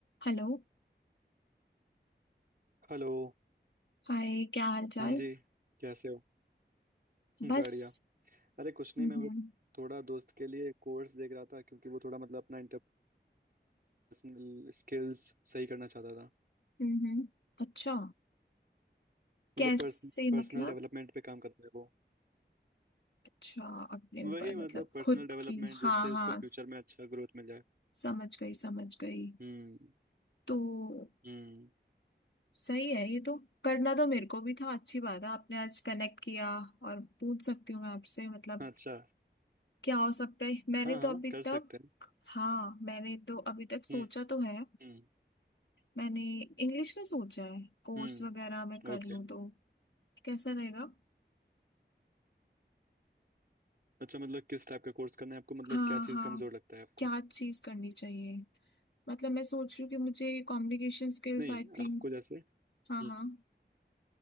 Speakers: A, on the left; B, on the right.
A: Hello
B: Hello
A: Hi क्या हाल चाल
B: हाँ जी कैसे हो <laughs>
A: बस
B: बढ़िया अरे कुछ नहीं
A: हम्म
B: मैं वो थोड़ा दोस्त के लिए कोर्स देख रहा था क्योंकि वो थोड़ा मतलब अपना इंटरपर्सनल स्किल्स सही करना चाहता था
A: हम्म अच्छा कैसे
B: मतलब पर्सन पर्सनल
A: मतलब
B: डेवलपमेंट पे काम करता है वो
A: अच्छा अपने
B: वही
A: ऊपर
B: मतलब
A: मतलब
B: पर्सनल
A: खुद
B: डेवलपमेंट
A: की हाँ
B: जिससे उसको
A: हाँ
B: फ्यूचर
A: स-
B: में अच्छा ग्रोथ मिल जाए
A: समझ गई समझ गई
B: हम्म
A: तो
B: हम्म
A: सही है ये तो करना तो मेरे को भी था अच्छी बात है आपने आज कनेक्ट किया और पूछ सकती हूँ मैं आपसे मतलब
B: अच्छा
A: क्या हो सकता है मैंने
B: हाँ हाँ
A: तो अभी
B: कर
A: तक
B: सकते हैं
A: हाँ मैंने तो अभी तक सोचा
B: हम्म
A: तो है
B: हम्म
A: मैंने इंग्लिश का सोचा है कोर्स
B: हम्म
A: वगैरह मैं कर
B: ओके
A: लूँ तो कैसा रहेगा
B: अच्छा मतलब किस टाइप का कोर्स करना है आपको मतलब
A: हाँ
B: क्या चीज़
A: हाँ
B: कमजोर लगता है आपको
A: क्या चीज करनी चाहिए मतलब मैं सोच रही हूँ कि मुझे कम्युनिकेशन स्किल्स
B: नहीं
A: आई थिंक
B: आपको जैसे हम्म
A: हाँ हाँ